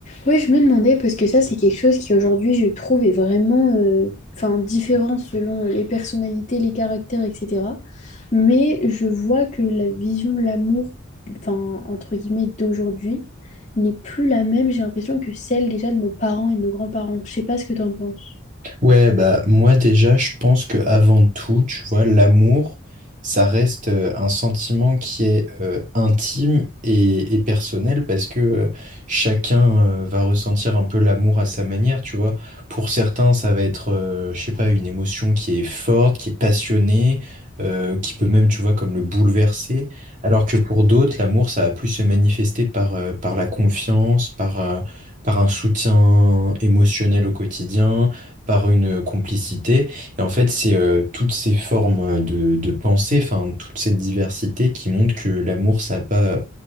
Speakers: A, on the left (about 35°); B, on the right (about 35°).
A: Oui, je me demandais, parce que ça, c'est quelque chose qui aujourd'hui, je trouve, est vraiment euh, enfin, différent selon les personnalités, les caractères, etc. Mais je vois que la vision de l'amour, enfin, entre guillemets, d'aujourd'hui, n'est plus la même, j'ai l'impression, que celle déjà de nos parents et de nos grands-parents. Je sais pas ce que tu en penses.
B: Ouais, bah moi déjà, je pense que avant tout, tu vois, l'amour, ça reste euh, un sentiment qui est euh, intime et, et personnel parce que euh, chacun euh, va ressentir un peu l'amour à sa manière, tu vois. Pour certains, ça va être, euh, je sais pas, une émotion qui est forte, qui est passionnée, euh, qui peut même, tu vois, comme le bouleverser. Alors que pour d'autres, l'amour, ça va plus se manifester par, euh, par la confiance, par, euh, par un soutien émotionnel au quotidien par une complicité. Et en fait, c'est euh, toutes ces formes euh, de, de pensée, enfin, toute cette diversité qui montre que l'amour, ça n'a pas euh,